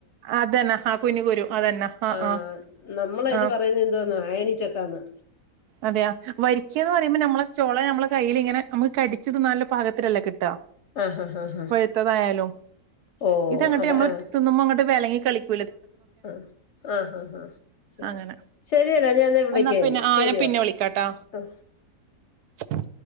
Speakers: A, on the right; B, on the left.
A: അതന്നെ ആ കുഞ്ഞി കുരു. അതന്നെ ആഹ്
B: ആഹ
A: ആഹ്
B: നമ്മളതിന്
A: ആഹ്
B: പറയുന്നതെന്താ ന് അയനിചക്കാന്ന്.
A: അതെയോവരിക്ക എന്ന്പറയുമ്പോ നമ്മളെ ചോള നമ്മളെ കയ്യിൽ ഇങ്ങനെ... നമുക്ക് കടിച് തിന്നാൻ നല്ല ഭാഗത്തിലല്ലേകിട്ടാ...
B: ആ ഹാ ഹാ ഹാ
A: പൊഴുത്തതായാലുംഇതങ്ങോട്ട്
B: ഓ അതാ
A: ഞമ്മൾ
B: ആ
A: തിന്നുമ്പോ ക് അങ്ങോട്ട് വലങ്ങി കളിക്ക...
B: ആ ആഹ് ഹാ ആ ശരി
A: അങ്ങനെ
B: ശരിയ ടാഞാൻ നിന്നെവിളിക്കാ
A: എന്നാ പിന്നെ ആ
B: ശരി.
A: ഞാൻ പിന്നെ
B: ഓക്കെ
A: വിളിക്കാട്ടാ
B: ആ
A: പി...